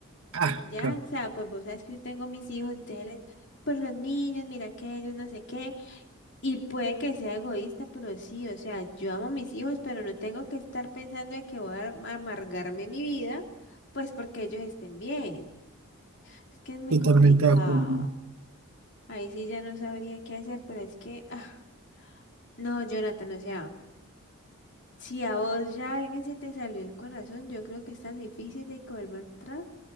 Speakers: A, on the right; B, on the left.
A: Ah,
B: Ya,
A: claro,
B: o sea, pues vos sabes que yo tengo mis hijos, entonces, les- por los niños, mira que ellos no sé qué. Y puede que sea egoísta, pero sí, o sea, yo amo a mis hijos, pero no tengo que estar pensando en que voy a am- amargarme mi vida, pues porque ellos estén bien. Es que es muy
A: totalmente
B: complicado.
A: de acuerdo.
B: Ahí sí ya no sabría qué hacer, pero es que, ah, no, Jonathan, o sea, si a vos ya alguien se te salió el corazón, yo creo que es tan difícil de que vuelva a entrar.